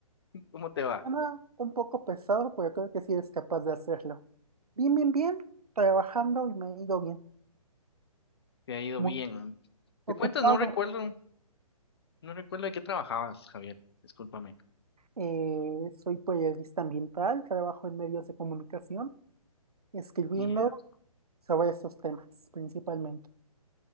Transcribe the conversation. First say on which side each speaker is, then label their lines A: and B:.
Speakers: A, on the left; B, on the right.
A: ¿Cómo te va?
B: Nada, un poco pesado, pero creo que sí eres capaz de hacerlo. Bien, bien, bien, trabajando y me ha ido bien.
A: ¿Te ha ido
B: Muy
A: bien?
B: ocupado.
A: ¿Te cuentas? No recuerdo, no recuerdo de qué trabajabas, Javier. Discúlpame.
B: Eh, soy periodista ambiental, trabajo en medios de comunicación, escribiendo
A: Guía
B: sobre esos temas principalmente.